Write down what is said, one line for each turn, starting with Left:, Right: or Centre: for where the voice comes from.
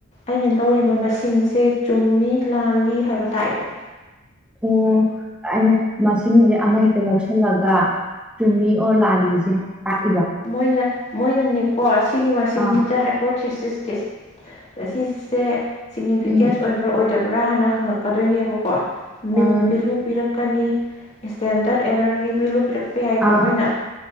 Left: ꯑꯩꯅ ꯂꯧꯔꯤꯕ ꯃꯁꯤꯡꯁꯦ ꯆꯨꯝꯃꯤ ꯂꯥꯜꯂꯤ ꯍꯥꯏꯕ ꯇꯥꯏꯕ
Centre: ꯑꯣ ꯑꯩꯅ ꯃꯁꯤꯡꯁꯦ ꯑꯃꯍꯦꯛꯇ ꯂꯧꯁꯤꯜꯂꯒ ꯆꯨꯝꯃꯤ ꯑꯣꯔ ꯂꯥꯜꯂꯤꯖꯦ ꯍꯥꯏ
Left: ꯃꯣꯏꯅ ꯃꯣꯏꯅꯅꯦꯀꯣ ꯁꯤꯒꯤ ꯃꯁꯤꯡꯁꯤꯗ
Centre: ꯑꯥ
Left: ꯍꯥꯏ ꯄꯣꯊꯤꯁ <unintelligible> ꯁꯤꯁꯦ ꯁꯤꯛꯅꯤꯐꯤꯀꯦꯟꯁ
Centre: ꯎꯝ
Left: ꯑꯣꯏꯕ꯭ꯔꯥ ꯑꯣꯏꯗꯞ ꯕꯔꯥ ꯍꯥꯟꯅ ꯍꯪꯉꯛꯀꯗꯣꯏꯅꯦꯕꯀꯣ
Centre: ꯎꯝ
Left: ꯃꯤꯟ ꯕꯤꯂꯨ ꯄꯤꯔꯛ ꯀꯅꯤ ꯏꯁꯇꯦꯟꯗꯔꯠ ꯑꯦꯔꯔꯒꯤ ꯕꯤꯂꯨ ꯄꯤꯔꯛ ꯄ ꯌꯥꯏꯀꯣ
Centre: ꯑꯥ
Left: ꯃꯣꯏꯅ